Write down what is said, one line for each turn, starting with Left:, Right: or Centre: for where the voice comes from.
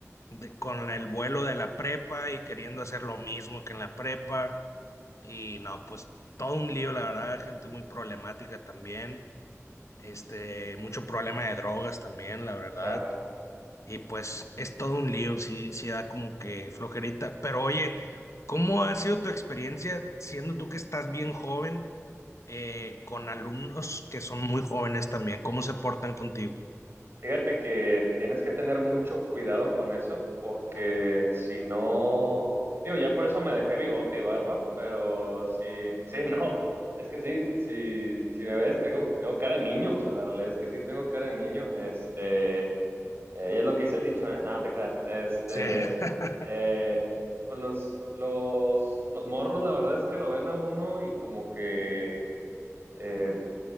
Left: de- con el vuelo de la prepa y queriendo hacer lo mismo que en la prepa. Y no, pues todo un lío, la verdad, gente muy problemática también. Este, mucho problema de drogas también, la verdad.
Right: claro.
Left: Y pues es todo un lío, sí, sí da como que flojerita. Pero oye, ¿cómo ha sido tu experiencia siendo tú que estás bien joven eh, con alumnos que son muy jóvenes también? ¿Cómo se portan contigo?
Right: Fíjate que tienes que tener mucho cuidado con eso, porque si no, digo, ya por eso me dejé bigote y barba, pero sí, sí, <laughs> no, es que sí, sí, si me ves, tengo, tengo cara de niño, o sea, la realidad es que sí tengo cara de niño, este, eh, y es lo que dice el dicho, ¿eh? Nada no te creas, este,
Left: Sí, <laughs>
Right: eh, pues los, los, los morros, la verdad es que lo ven a uno y como que eh,